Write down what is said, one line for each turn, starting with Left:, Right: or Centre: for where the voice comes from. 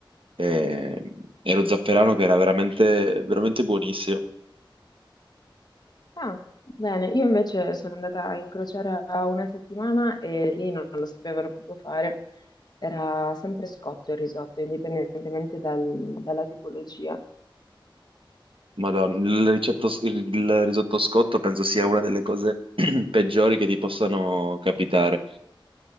Right: e- e lo zafferano che era veramente, veramente buonissimo.
Left: Ah, bene, io invece sono andata a incrociare a una settimana e lì non lo sapevano proprio fare. Era sempre scotto il risotto, indipendentemente dal- dalla tipologia.
Right: Madonna, il, ricetto- il risotto scotto penso sia una delle cose <clears throat> peggiori che ti possano capitare.